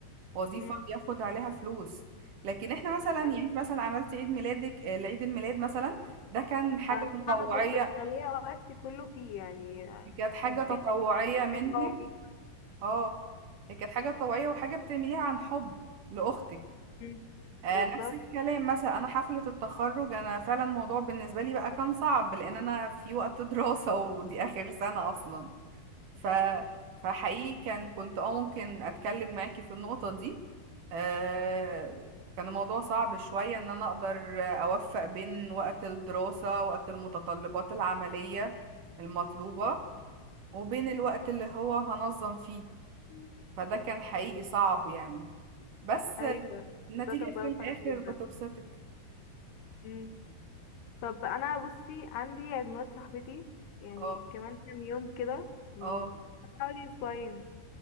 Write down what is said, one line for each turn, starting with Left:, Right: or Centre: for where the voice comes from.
Right: وظيفة
Left: م.
Right: بياخد عليها فلوس لكن احنا مثلا يعني
Left: يعني
Right: إنت مثلا عملت عيد ميلادك آه، العيد الميلاد مثلا ده كان حاجة
Left: انا بصراحة
Right: تطوعية
Left: انا كنت مخلية وقتي كله فيه يعني آه،
Right: كانت حاجة
Left: مكانش
Right: تطوعية
Left: فيه حياة مكانش
Right: منك
Left: فيه صحابي
Right: اه هي كانت حاجة طوعية وحاجة بتعمليها عن حب لأختك
Left: م.
Right: آه
Left: بالظبط
Right: نفس الكلام مثلا أنا حفلة التخرج أنا فعلا الموضوع بالنسبة لي بقى كان صعب لأن أنا في وقت <laughs> دراسة ودي آخر سنة أصلا ف... فحقيقي كان كنت اه ممكن أتكلم معاكي في النقطة دي آه كان الموضوع صعب شوية إن أنا أقدر أوفق بين وقت الدراسة وقت المتطلبات العملية المطلوبة وبين الوقت اللي هو هنظم فيه
Left: م.
Right: فده كان حقيقي صعب يعني بس
Left: ايوه
Right: النتيجة
Left: ده كان صعب
Right: في الآخر
Left: فعلا جدا
Right: بتبسطك
Left: مم. طب انا بصي عندي عيد ميلاد صاحبتي يعني
Right: اه
Left: كمان كام يوم كده يعني
Right: اه
Left: حوالي اسبوعين